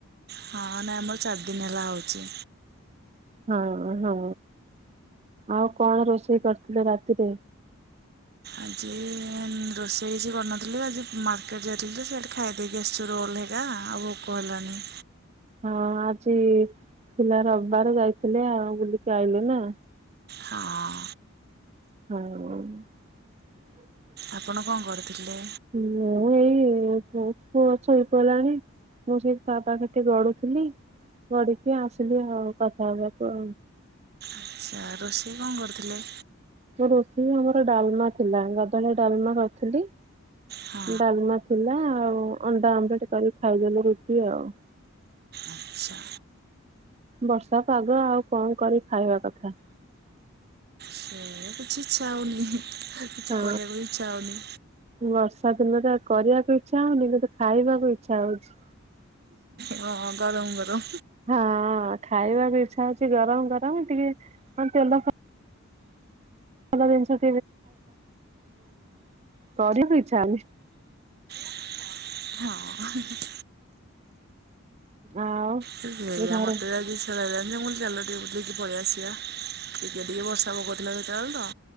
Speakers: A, on the right; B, on the right.
A: ହଁ ନାଇଁ ଆମର ଚାରି ଦିନ ହେଲା ହଉଛି।
B: ହଁ ହଁ ଆଉ କଣ ରୋଷେଇ କରିଥିଲେ ରାତିରେ?
A: ଆଜି ରୋଷେଇ କିଛି କରିନଥିଲି ଆଜି ମାର୍କେଟ ଯାଇଥିଲୁ ତ ସେଇଠି ଖାଇଦେଇକି ଆସିଛୁ ରୋଲ୍ ହେ ଆ ଆଉଭୋକ ହେଲାଣିି।
B: ହଁ ଆଜି ଥିଲା ରବିବାର ଯାଇଥିଲେ ଆଉ ବୁଲିକି ଆଇଲେ ନା।
A: ହଁ।
B: <unintelligible>
A: ଆପଣ କଣ କରୁଥିଲେ?
B: ହୁଁ ମୁଁ ଏଇ ପୁଅ ଛୋ ଶୋଇପଡିଲାଣି ମୁଁ ସେଇ ତା ପାଖରେ ଟିକେ ଗଡୁଥିଲି। ଗଡିକି ଆସିଲି ଆଉ କଥା ହେବାକୁ।
A: ଆଛା ରୋଷେଇ କଣ କରୁଥିଲେ?
B: ରୋଷେଇ ଆମର ଡାଲମା ଥିଲା ଗାଧୁଆ ବେଳେ ଡାଲମା କରିଥିଲି।
A: ହଁ
B: ଡାଲମା ଥିଲା ଆଉ ଅଣ୍ଡା ଅମଲେଟ କରିକି ଖାଇଦେଲେ ରୁଟି ଆଉ।
A: ଆଚ୍ଛା।
B: ବର୍ଷା ପାଗ ଆଉ କଣ କରି ଖାଇବା କଥା।
A: ସେ କିଛି ଇଛା ହଉନି। କିଛି
B: ହଁ।
A: କରିବାକୁ ଇଚ୍ଛା ହଉନି
B: ବର୍ଷା ଦିନରେ କରିବାକୁ ଇଚ୍ଛା ହଉନି କିନ୍ତୁ ଖାଇବାକୁ ଇଚ୍ଛା ହଉଛି।
A: ହଁ ଗରମ ଗରମ।
B: ହଁ ଖାଇବା କୁ ଇଚ୍ଛା ହଉଛି ଗରମ ଗରମ ଟିକେ କଣ ତେଲ <unintelligible> କିନ୍ତୁ କରିବାକୁ ଇଚ୍ଛା ହଉନି।
A: ହଁ।
B: ଆଉ
A: ମତେ ବି
B: ଘରେ
A: ଆଉ କିଛି <unintelligible> ମୁଁ କହିଲି ଚାଲ ଟିକେ ବୁଲି ଦେଇକି ପଳେଇ ଆସିବା। ଟିକେ ଟିକେ ବର୍ଷା ପକଥିଲା ସେତେବେଳେ ତ